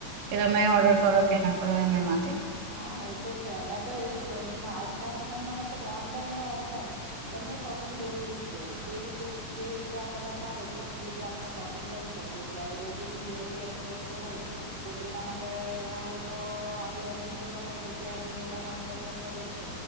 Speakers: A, on the right (about 80°); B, on the right (about 35°).
A: કે તમે
B: હમ
A: ઓર્ડર કરો કે ના કરો એમ એમાંથી
B: હા એ તો છે મેં તો એજ કેહવું છુ, ને આજના સમયમાં મતલબ ઓનલાઈન ને ઓફલાઈન બંને શોપિંગ જરૂરી છે જે રીતે જે રીતે આપણને ફાવે તે જ રીતે આપણે શોપિંગ કરી શકીએ છીએ હવે રોજિંદી જરૂરિયાતની વસ્તુ હોય. તો તેના માટે ઘણા લોકો આજુબજુની દુકાન હોય તો ત્યાં જઈને લેવાનું પસંદ કરે છે